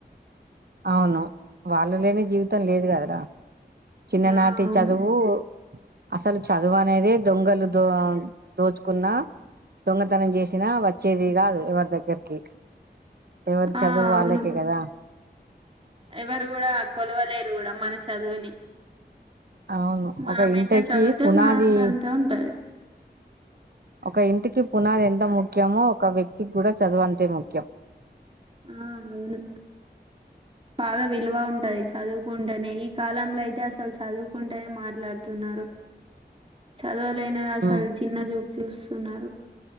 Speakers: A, on the right; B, on the right.
A: అవును వాళ్ళు లేని జీవితం లేదు కదరా చిన్ననాటి
B: ఆ అవును
A: చదువు అసలు చదువు అనేది దొంగలు దో దోచుకున్న దొంగతనం చేసినా వచ్చేది కాదు ఎవరి దగ్గరికి ఎవరి
B: ఆ
A: చదువు వాళ్ళకే
B: అవును
A: కదా
B: ఎవరు కూడా కొలవలేరు కూడా మన చదువుని
A: అవును
B: మనం
A: ఒక ఇంటకి
B: ఎంత చదివితే
A: పునాది
B: మాకు అంత ఉంటది
A: ఒక ఇంటికి పునాది ఎంత ముఖ్యమో ఒక వ్యక్తికి కూడా చదువు అంతే ముఖ్యం
B: ఆ అవును బాగా విలువ ఉంటది చదువుకుంటేనే ఈ కాలంలో అయితే అసలు చదువుకుంటేనే మాట్లాడుతున్నారు అదవలనా అసలు
A: ఉమ్
B: చిన్న చూపు చూస్తున్నారు